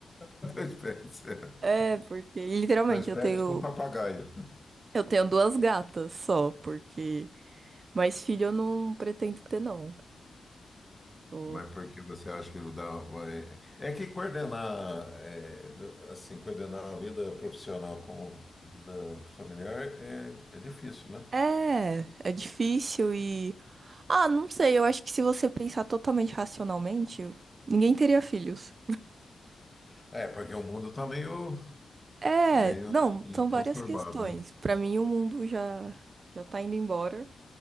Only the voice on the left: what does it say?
Dois pets. é.
Dois pets
e um papagaio.
Mas por que você acha que dá. vai- É que coordenar, é, assim, coordenar a vida profissional com a vida familiar é, é difícil, né?
É, porque o mundo está meio,
tá meio
assim,
conturbado,
né?